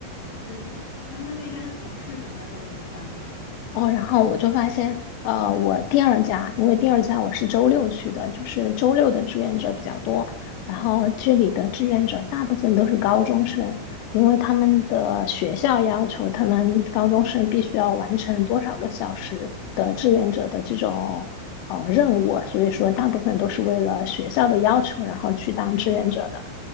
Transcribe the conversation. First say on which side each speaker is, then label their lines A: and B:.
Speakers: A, on the left (about 60°); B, on the left (about 80°).
A: 对对，嗯，那那边的同事什么的都怎么样啊？
B: 哦，然后我就发现，呃，我第二家，因为第二家我是周六去的，就是周六的志愿者比较多。然后这里的志愿者大部分都是高中生，因为他们的学校要求他们高中生必须要完成多少个小时的志愿者的这种呃任务，所以说大部分都是为了学校的要求，然后去当志愿者的。